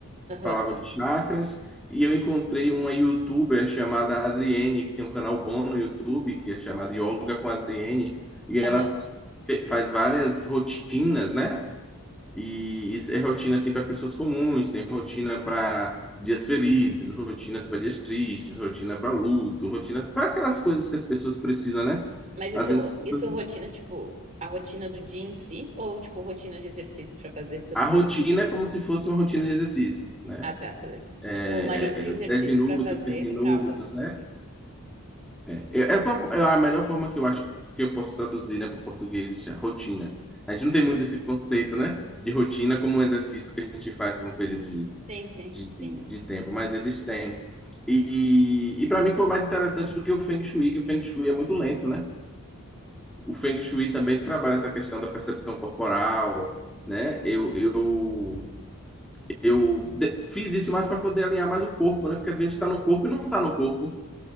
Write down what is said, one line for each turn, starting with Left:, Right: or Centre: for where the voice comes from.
Right: Aham,
Centre: Falavam de chakras e eu encontrei uma youtuber chamada Adriene, que tem um canal bom no YouTube, que é chamado Yoga com Adriene, e ela
Right: aham.
Centre: fe- faz várias rotinas, né? E isso é rotina assim para pessoas comuns, tem rotina para dias felizes, rotinas para dias tristes, rotina para luto, rotina para aquelas coisas que as pessoas precisam, né?
Right: Mas
Centre: Às
Right: isso,
Centre: vezes as pessoas
Right: isso rotina, tipo, a rotina do dia em si? Ou, tipo, rotina de exercícios pra fazer só
Centre: A
Right: pra
Centre: rotina
Right: isso?
Centre: é como se fosse uma rotina de exercício, né?
Right: Ah, tá, beleza.
Centre: É,
Right: Tipo, uma lista
Centre: é,
Right: de exercícios
Centre: 10 minutos,
Right: pra fazer
Centre: 15 minutos,
Right: pra algo específicos.
Centre: né? É, é, é como- é a melhor forma que eu acho que eu posso traduzir, né, para o português, já, rotina. A gente não tem
Right: Aham.
Centre: muito esse conceito, né, de rotina como um exercício que a gente faz por um período de,
Right: Sim, sim,
Centre: de,
Right: entendi.
Centre: de tempo, mas eles têm. E, e para mim foi mais interessante do que o Feng Shui, que o Feng Shui é muito lento, né? O Feng Shui também trabalha essa questão da percepção corporal, né? Eu, eu eu de- fiz isso mais para poder alinhar mais o corpo, né? Porque às vezes a gente está no corpo e não está no corpo.